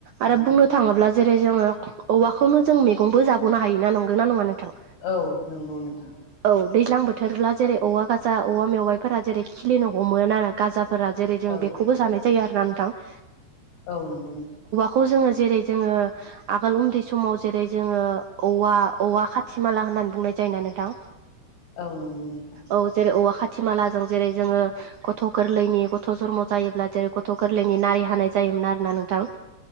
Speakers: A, on the right; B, on the left.
A: आरो
B: औ
A: बुंनो थाङोब्ला जेरै जोङो औवाखौनो जों मैगंबो जाबावनो हायो ना नंगौ ना नङा नोंथां
B: औ नंगौ नोंथां
A: औ दैज्लां बोथोरब्ला जेरै औवा गाजा औवा मेवाइफोरा जेरै खिलिनो हममोना गाजाफोरा जेरै जों
B: औ
A: बेखौबो जानाय जायो आरो ना नोंथां
B: औ नंगौ नंगौ
A: खौ जोङो जेरै जोङो आगोल उन्दै समाव जेरै जोङो औवा औवा खाथि माला होननानै बुंनाय जायोना नोंथां <inaudible>
B: औ नंगौ नोंथां
A: औ जेरै औवा खाथि माला जों जेरै जोङो गथ' गोरलैनि गथ' जनम' जायोब्ला जेरै गथ' गोर गोरलैनि नारि हानाय जायोमोन आरो ना नोंथां